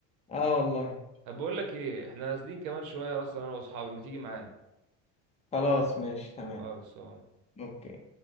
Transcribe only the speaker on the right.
طب بقول لك ايه احنا نازلين كمان شويه اصلا انا واصحابي ما تيجي معانا
خالص